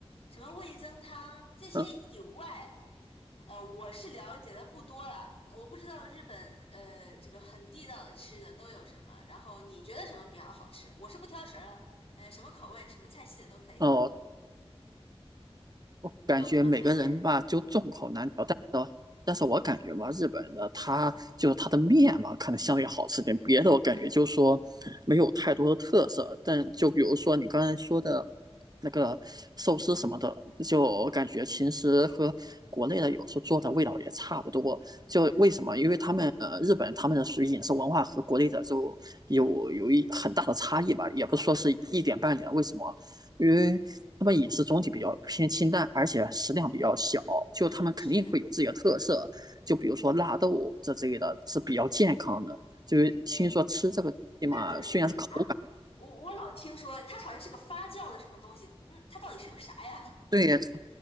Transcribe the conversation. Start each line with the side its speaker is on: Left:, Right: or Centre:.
Left: 什么味增汤这些以外，
Right: 嗯，
Left: 呃，我是了解的不多了，我不知道日本呃这个很地道的吃的都有什么，然后你觉得什么比较好吃？我是不挑食儿了，呃，什么口味、什么菜系的都可以，
Right: 哦，后感觉每个人吧就众口难调，
Left: 有什么推荐的？
Right: 但是但是我感觉嘛，日本的它就是它的面嘛，可能相对好吃点，别的我感觉就是说没有太多的特色。但就比如说你刚才说的那个寿司什么的，就感觉其实和国内的有时候做的味道也差不多。就为什么？
Left: 嗯
Right: 因为他们呃，日本他们的属于饮食文化和国内的就有有一很大的差异吧，也不是说是一点半点。为什么？因为他们饮食总体比较偏清淡，而且食量比较小，就他们肯定会有自己的特色，
Left: 嗯，是，
Right: 就比如说纳豆这之类的是比较健康的。就是听说吃这个嘛，
Left: 哎，那都是个啥？
Right: 虽然是口感，
Left: 我我老听说它好像是个发酵的什么东西，嗯，它到底是个啥呀？
Right: 对，